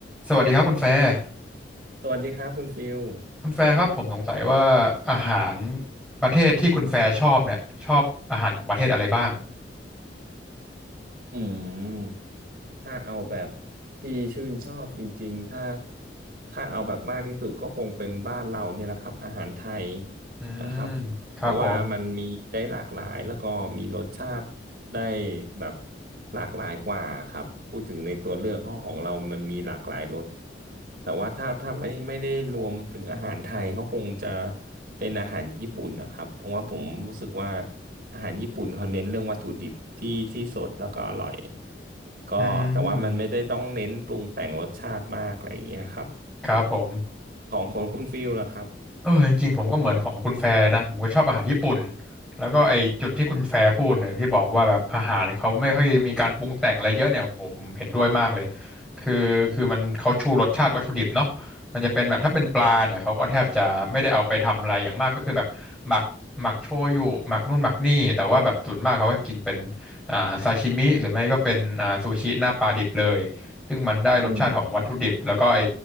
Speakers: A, in the centre; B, on the right (about 55°).
A: สวัสดีครับคุณแฟร์
B: สวัสดีครับคุณฟิล
A: คุณแฟร์ครับผมสงสัยว่าอาหารประเทศที่คุณแฟร์ชอบเนี่ยชอบอาหารของประเทศอะไรบ้าง
B: อืมถ้าเอาแบบที่ชื่นชอบจริงๆถ้าถ้าเอาแบบมากที่สุดก็คงเป็นบ้านเราเนี่ยแหละครับอาหารไทย
A: อืม
B: นะครับเพราะว่ามันมีได้หลากหลายแล้วก็มีรสชาติ
A: ครับผม
B: ได้แบบหลากหลายกว่าครับพูดถึงในตัวเลือกข้อของเรามันมีหลากหลายรสแต่ว่าถ้าถ้าไม่ไม่ได้รวมถึงอาหารไทยก็คงจะเป็นอาหารญี่ปุ่นนะครับเพราะว่าผมรู้สึกว่าอาหารญี่ปุ่นเขาเน้นเรื่องวัตถุดิบที่ที่สดแล้วก็อร่อยก็แต่ว่ามันไม่ได้ต้องเน้นปรุงแต่งรสชาติมากอะไรอย่างเงี้ยครับ
A: อืมครับผม
B: ของคนคุณฟิลล่ะครับ
A: เออจริงๆผมก็เหมือนของคุณแฟร์นะผมก็ชอบอาหารญี่ปุ่นแล้วก็ไอจุดที่คุณแฟร์พูดเนี่ยที่บอกว่าแบบอาหารเขาไม่ค่อยมีการปรุงแต่งอะไรเยอะเนี่ยโอ้โหผมเห็นด้วยมากเลยคือคือมันเขาชูรสชาติวัตถุดิบเนาะมันจะเป็นแบบถ้าเป็นปลาเนี่ยเขาก็แทบจะไม่ได้เอาไปทำอะไรอย่างมากก็คือแบบหมักหมักโชยุหมักนู่นหมักนี่แต่ว่าแบบส่วนมากเขาก็กินเป็นอ่าซาชิมิหรือไม่ก็เป็นอ่าซูชิหน้าปลาดิบเลยซึ่งมันได้รสชาติของวัตถุดิบแล้วก็ไอ
B: อืม